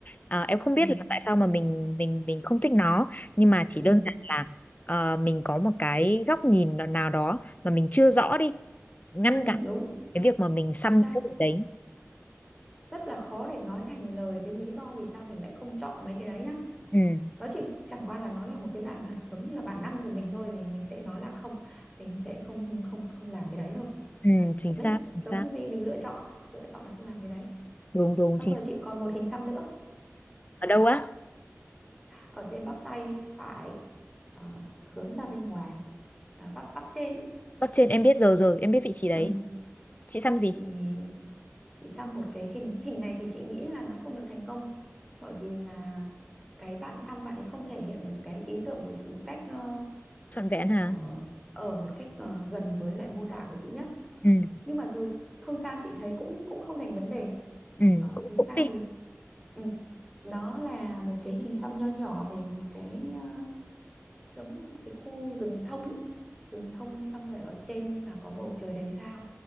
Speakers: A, on the left; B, in the centre.
A: à, em không
B: ừ
A: biết là tại sao mà mình mình mình không thích nó nhưng mà chỉ
B: ừ
A: đơn giản là ờ, mình có một cái góc nhìn nào nào đó mà mình chưa rõ đi ngăn
B: ừ
A: cản
B: đúng
A: cái việc mà mình xăm
B: chính xác
A: cái điều đấy
B: rất là khó để nói thành lời cái lý do vì sao mình lại không chọn mấy cái đấy nhá
A: ừ,
B: nó chỉ chẳng qua là nó là một cái dạng là giống như là bản năng của mình thôi thì mình sẽ nói là không mình sẽ không không không làm cái đấy thôi
A: ừ chính
B: đấy
A: xác chính xác
B: giống như mình mình lựa chọn lựa chọn là không làm cái đấy
A: đúng đúng
B: xong
A: chính
B: rồi
A: xác.
B: chị còn một hình xăm nữa
A: ở đâu á
B: ở trên bắp tay phải ờ, hướng ra bên ngoài à, bắp bắp trên ấy
A: bắp trên em biết rồi rồi em biết vị trí đấy
B: ừ.
A: Chị xăm gì?
B: thì chị xăm một cái hình hình này thì chị nghĩ là nó không được thành công bởi vì là cái bạn xăm bạn ấy không thể hiện được cái ý tưởng của chị một cách ờ,
A: Trọn vẹn hả?
B: ờ, ở một cách ờ, gần với lại mô tả của chị nhất
A: ừ
B: nhưng mà dù không sao chị thấy cũng cũng không thành vấn đề
A: ừ
B: Ờ,
A: Cũng
B: dù
A: cũng
B: sao
A: đi.
B: thì ừ, đó là một cái hình xăm nho nhỏ về một cái ờ, giống như một cái khu rừng thông ấy. rừng thông xong rồi ở trên là có bầu trời đầy sao